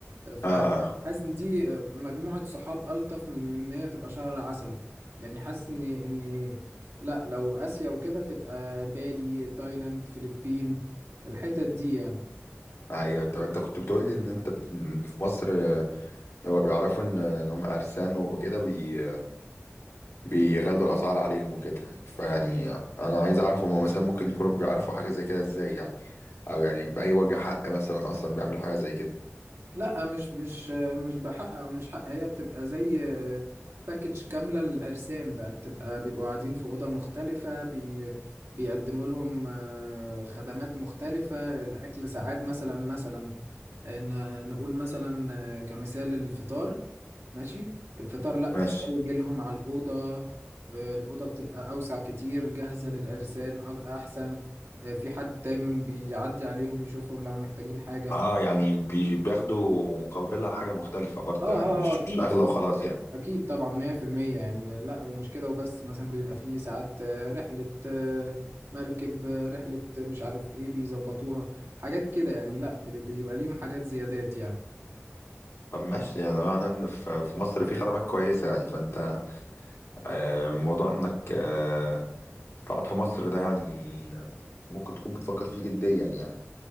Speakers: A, on the right; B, on the left.
A: فحاسس
B: آه آه.
A: ان دي مجموعة صحاب ألطف من من ان هي تبقى شهر عسل يعني حاسس ان ان لا لو آسيا وكده تبقى بالي تايلاند فلبين الحتت دي يعني
B: أيوة طب أنت كنت بتقولي إن أنت بت- في مصر آه، لما بيعرفوا إن إن هم عرسان وكده بي... بيغلوا الأسعار عليهم وكده فيعني أنا عايز أعرف هما مثلا ممكن يكونوا بيعرفوا حاجة زي كده إزاي يعني أو يعني بأي وجه حق مثلا أصلا بيعملوا حاجة زي كده
A: لا مش مش مش بحق او مش حق هي بتبقى زي باكج كامله للعرسان بقى بتبقى بيبقوا قاعدين في اوضه مختلفه بي بيقدموا لهم آه، خدمات مختلفه الاكل ساعات مثلا مثلا ن- نقول مثلا آه، كمثال الفطار ماشي الفطار لا
B: ماشي
A: الفطار يجي لهم على الاوضه آه، الاوضه بتبقى اوسع كتير جاهزه للعرسان أ- احسن آه، في حد دايما بيعدي عليهم يشوفهم لو محتاجين حاجه
B: اه يعني بي- بياخدوا مقابلها حاجة مختلفة برضه
A: اه اه
B: يعني مش
A: آه، اكيد
B: مش أغلى وخلاص يعني
A: أكيد طبعا مية في المية يعني لأ ومش كده وبس مثلا بيبقى فيه ساعات آه، رحلة آه، مركب آه، رحلة آه، مش عارف إيه بيظبطوها حاجات كده يعني لأ بت- بيبقى ليهم حاجات زيادات يعني
B: طب ماشي يعني ده معناه إن في في مصر في خدمات كويسة يعني فأنت آه، موضوع إنك آه، تقعد في مصر ده يعني آه، ممكن تكون بتفكر فيه جديا يعني